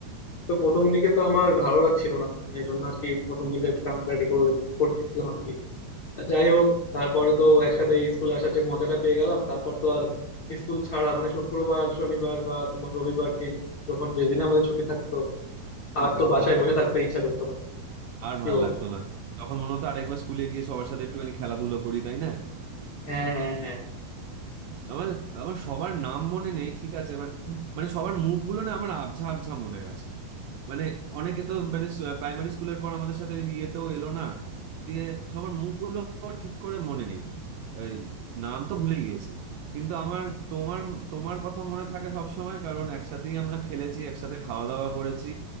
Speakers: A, on the left (about 65°); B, on the right (about 80°).
A: তো প্রথম দিকে তো আমার ভালো লাগছিল না এই জন্য আর কি প্রথম দিনটা একটু কান্নাকাটি করে করতেছিলাম আর কি যাই হোক তারপরে তো একসাথে স্কুলে আসার যে মজাটা পেয়ে গেলাম তারপর তো আর স্কুল ছাড়া মানে শুক্রবার শনিবার বা তোমার রবিবার দিন যখন যেদিন আমাদের ছুটি থাকতো
B: ছুটি
A: আর
B: থাকতো
A: তো বাসায়
B: তখন
A: বসে থাকতে ইচ্ছা করতো না
B: আর
A: কি
B: ভাল
A: বলো
B: লাগতো না তখন মনে হতো আরেকবার স্কুলে গিয়ে সবার সাথে একটুখানি খেলাধুলো করি তাই না
A: হ্যাঁ হ্যাঁ হ্যাঁ
B: আমার আমার সবার নাম মনে নেই ঠিক আছে বাট মানে সবার মুখগুলো না আমার আবঝা আবঝা মনে আছে মানে অনেকে তো মানে প্রাইমারি স্কুলের পর আমাদের সাথে ইয়েতেও এলো না দিয়ে সবার মুখগুলো আমার ঠিক করে মনে নেই এই, নাম তো ভুলে গিয়েছি কিন্তু আমার তোমার তোমার কথা মনে থাকে সব সময় কারণ একসাথেই আমরা খেলেছি একসাথে খাওয়া দাওয়া করেছি